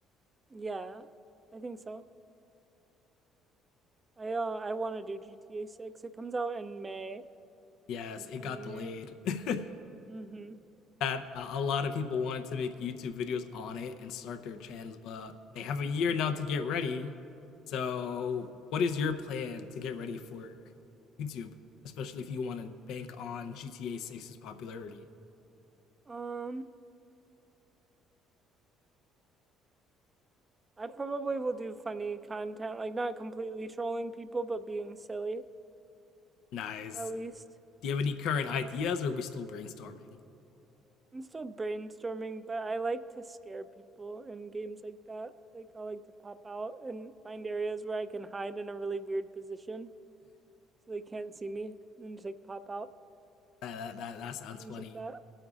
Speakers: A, on the right; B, on the left.
A: Yeah, I think so. I uh I want to do GTA 6. It comes out in May
B: Yes,
A: this
B: it
A: coming
B: got delayed.
A: year.
B: <laughs>
A: Mm-hmm.
B: that a lot of people wanted to make YouTube videos on it and start their channels, but they have a year now to get ready. So, what is your plan to get ready for YouTube, especially if you want to bank on GTA Six's popularity?
A: Um, I probably will do funny content, like not completely trolling people, but being silly
B: Nice.
A: at least.
B: Do you have any current ideas, or are we still brainstorming?
A: I'm still brainstorming, but I like to scare people in games like that. Like I like to pop out and find areas where I can hide in a really weird position so they can't see me and then just like pop out,
B: that that, that sounds
A: things
B: funny.
A: like that.